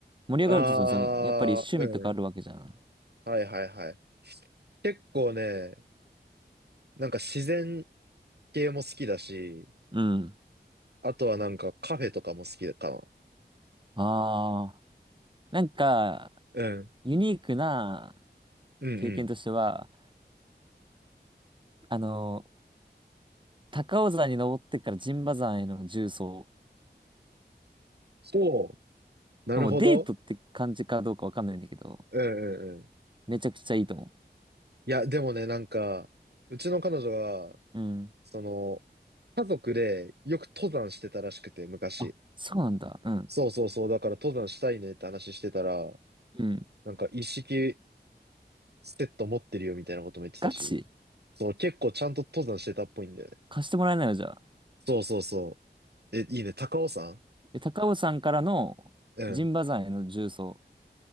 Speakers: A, on the right; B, on the right.
A: 盛り上がるってその、
B: あー、
A: そやっぱり趣味とかあるわけじゃん。
B: うん。はいはいはい。結構ね、なんか自然系も好きだし、
A: うん。
B: あとはなんかカフェとかも好きか
A: ああ。なんか、
B: な。うん。
A: ユニークな
B: うんうん。
A: 経験としては、あの、高尾山に登ってから陣馬山への縦走。
B: そう。なるほど。
A: まあもうデートって感じかどうかわかんないんだけど、
B: うんうんうん。
A: めちゃくちゃいいと思
B: いや、でもね、なんか、うちの彼女が
A: う。うん。
B: その、家族でよく登山してたらしくて、昔。
A: あ、そうなんだ。うん。
B: そうそうそう、だから登山したいねって話してたら、
A: うん。
B: なんか一式セット持ってるよみたいなことも言ってたし、
A: ガチ
B: そう、結構ちゃんと登山してたっぽいんだよね。
A: 貸してもらえないのじゃあ。
B: そうそうそう。え、いいね、高尾山
A: で、高尾山からの
B: うん。
A: 陣馬山への縦走。